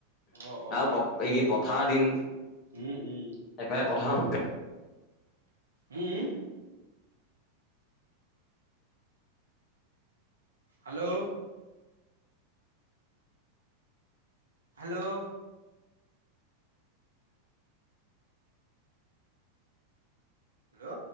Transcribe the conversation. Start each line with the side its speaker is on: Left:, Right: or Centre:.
Right: অ অ
Left: আৰু প এই কি পথাৰ দিন।
Right: উম উম।
Left: একেবাৰে পঠাওঁ
Right: উম হেল্ল' হেল্ল' হেল্ল'